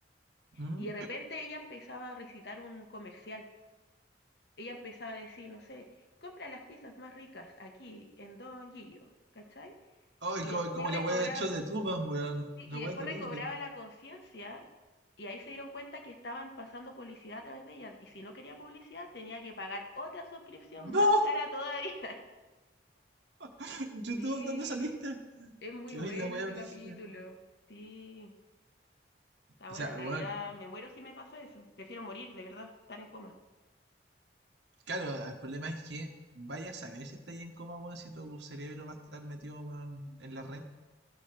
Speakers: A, on the right; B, on the left.
A: Mm.
B: y de repente ella empezaba a recitar un comercial. Ella empezaba a decir, no sé, compra las pizzas más ricas aquí en Don Gillo, ¿cachai?
A: Ay,
B: Y
A: co-
B: después
A: como,
B: recobraba,
A: la wea de show de Truman, weón.
B: sí,
A: La
B: y
A: wea
B: después
A: terrible.
B: recobraba la conciencia y ahí se dieron cuenta que estaban pasando publicidad a través de ella y si no quería publicidad tenía que pagar otra suscripción más
A: ¡No!
B: cara todavía.
A: <laughs> YouTube,
B: Sí,
A: ¿dónde saliste?
B: es muy
A: Que
B: bueno
A: hoy la wea
B: ese
A: brígida.
B: capítulo. Sí, está
A: O
B: bueno,
A: sea,
B: en realidad
A: weón,
B: me muero si me pasa eso. Prefiero morir, de verdad, estar en coma.
A: claro, el problema es que vaya a saber si está ahí en coma, weón, si tu cerebro va a estar metido, weón, en la red.